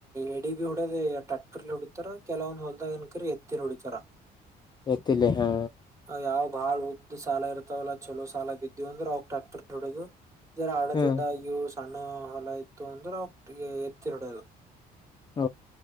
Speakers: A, on the right (about 15°); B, on the left (about 25°).
A: ಎಡಿ ಬಿ ಹೊಡದ ಟ್ಯಾಕ್ಟರ್ಲ್ಲಿ ಹೊಡಿತತಾರ ಕೆಲವೊಂದ್ ಹೊಲ್ದಾಗ ಅನ್ಕರಿ ಎತ್ತಿ ಲಿ ಹೊಡಿತಾರ
B: ಎತ್ತಲ್ಲಿ ಹಾ
A: ಯಾವ್ ಬಾಳ್ ಉದ್ದ ಸಾಲ ಇರ್ತಾವಲ್ಲ ಚಲೋ ಸಾಲ ಬಿದ್ದವು ಅಂದ್ರೆ ಅವಾಗ ಟ್ರ್ಯಾಕ್ಟರ್ ಹೊಡದು ಜರ ಹಳತಿಡ್ಡಗು
B: ಹ್ಮ್
A: ಸಣ್ಣ ಹೊಲ ಇತ್ತು ಅಂದ್ರೆ ಅವ ಎತ್ತಿ ಹೂಡಿಯೋದು ಅದು
B: ಹ